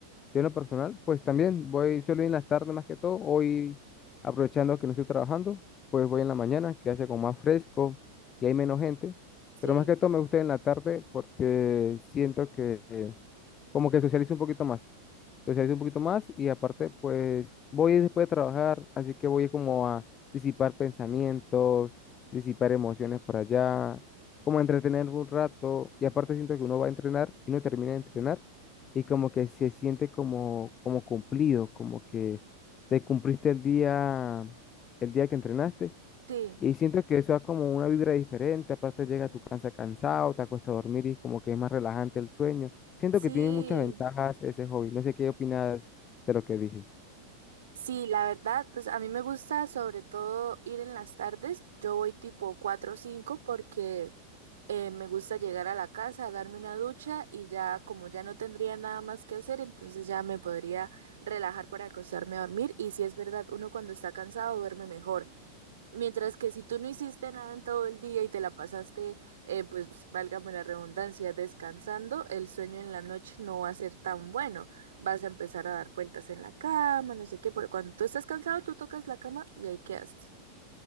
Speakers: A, on the left; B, on the right.
A: Yo en lo personal, pues también voy, suelo ir en las tardes más que todo. Hoy, aprovechando que no estoy trabajando, pues voy en la mañana, que hace como más fresco y hay menos gente.
B: sí,
A: Pero más que todo me gusta ir en la tarde porque siento que eh, como que socializo un poquito más socializo un poquito más y aparte, pues voy después de trabajar, así que voy como a disipar pensamientos, disipar emociones por allá, como a entretenerme un rato y aparte siento que uno va a entrenar y uno termina de entrenar y como que se siente como, como cumplido, como que te cumpliste el día, el día que entrenaste
B: sí,
A: y siento que eso da como una vibra diferente, aparte llega a tu casa cansado, te acuestas a dormir y como que es más relajante el sueño. Siento
B: sí,
A: que tiene muchas ventajas ese hobby. No sé qué opinas de lo que dije.
B: sí, la verdad, pues a mí me gusta sobre todo ir en las tardes, yo voy tipo 4 o 5 porque... Eh, me gusta llegar a la casa, darme una ducha y ya como ya no tendría nada más que hacer, entonces ya me podría relajar para acostarme a dormir. Y si es verdad, uno cuando está cansado duerme mejor. Mientras que si tú no hiciste nada en todo el día y te la pasaste, eh, pues válgame la redundancia, descansando, el sueño en la noche no va a ser tan bueno. Vas a empezar a dar vueltas en la cama, no sé qué, porque cuando tú estás cansado, tú tocas la cama y ahí quedaste.